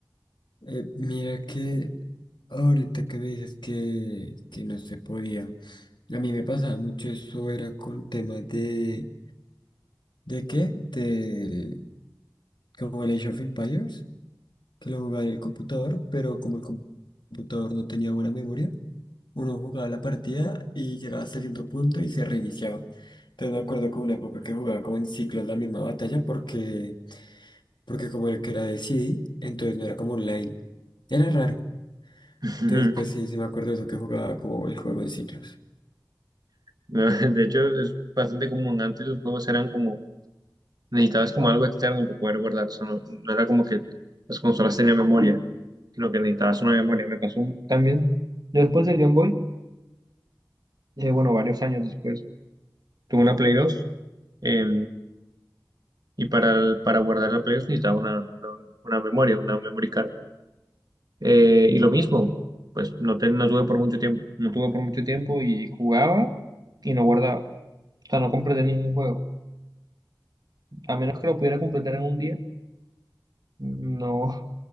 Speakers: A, on the left; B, on the right.
A: Eh, mira que ahorita que me dices que, que no se podía, a mí me pasaba mucho eso, era con temas de, ¿de qué? Del, como el Age of Empires, que lo jugaba en el computador, pero como el com- computador no tenía buena memoria, Uno jugaba la partida y llegaba hasta cierto punto y se reiniciaba. Entonces me acuerdo que hubo una época que jugaba como en ciclos la misma batalla porque, porque como era que era de CD, entonces no era como online. Era raro.
B: <laughs>
A: Entonces pues sí, sí me acuerdo de eso que jugaba como el juego en ciclos.
B: No, De hecho, es bastante común. Antes los juegos eran como Necesitabas como algo externo para poder guardar. O sea, no, no era como que las consolas tenían memoria, sino que necesitabas una memoria. Me pasó un- también. Yo después del Game Boy, eh, bueno, varios años después, tuve una Play 2. eh, y para, el- para guardar la Play 2 necesitaba una, una, una memoria, una memory card. Eh, y lo mismo, pues no, te- no tuve por mucho tiempo. No tuve por mucho tiempo y jugaba y no guardaba. O sea, no completé ningún juego. A menos que lo pudiera completar en un día, no,